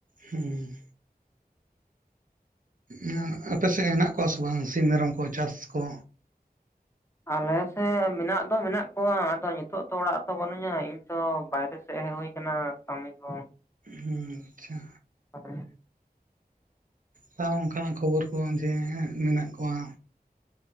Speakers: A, on the right; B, on the left.
A: ᱦᱩᱸ᱾ ᱚᱱᱟ ᱟᱯᱮ ᱥᱮᱜ ᱦᱮᱱᱟᱜ ᱠᱚᱣᱟ ᱥᱮ ᱵᱟᱝ ᱥᱤᱢ ᱢᱮᱨᱚᱢ ᱠᱚ ᱪᱟᱥ ᱠᱚ?
B: ᱟᱞᱮ ᱥᱮᱫ ᱢᱮᱱᱟᱜ ᱫᱚ ᱢᱮᱱᱟᱜ ᱠᱚᱣᱟ ᱟᱫᱚ ᱱᱤᱛᱚᱜ ᱛᱚ ᱚᱲᱟᱜ ᱨᱮ ᱛᱚ ᱵᱟᱹᱱᱩᱧᱟ ᱤᱧᱛᱚ ᱵᱟᱭᱨᱮ ᱥᱮᱜ ᱦᱮᱜ ᱦᱩᱭ ᱠᱟᱱᱟ ᱠᱟᱹᱢᱤ ᱠᱚ᱾
A: ᱦᱩᱸ ᱟᱪᱪᱷᱟ᱾
B: <inaudible>
A: ᱛᱟᱣ ᱚᱝᱠᱟᱱᱟᱜ ᱠᱷᱚᱵᱚᱨ ᱠᱚ ᱡᱮ ᱢᱮᱱᱟᱜ ᱠᱚᱣᱟ᱾